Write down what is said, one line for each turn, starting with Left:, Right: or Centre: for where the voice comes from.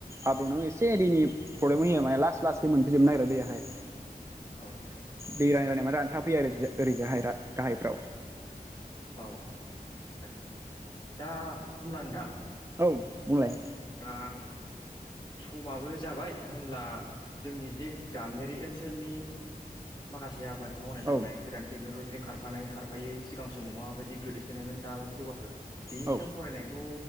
Right: आब्रुदों एसे दैननि प्रब्लेम होयो माने लास लासखै मोनफैजोबनो नागिरा दैेयाहाय।
Left: औ नोंथां औ
Right: दै रानै रानै माने रानथाफैयो आरो ओरै ओरैजाहाय गाहायफ्राव
Left: औ नोंथां थारैनो दा होब्ला नोंथां
Right: औ बुंलाय
Left: दा समाबो जाबाय होनब्ला जोंनि जे गामियारि ओनसोलनि माखासे आबाद मावनाय दांनाय
Right: औ
Left: गोदान टेकनलजि खारफानाय खारफायै सिगां समाव माबायदि गोदोसोनायमोन दाबायदि जौगाखो बेनि
Right: औ
Left: सायाव सावरायनायखौ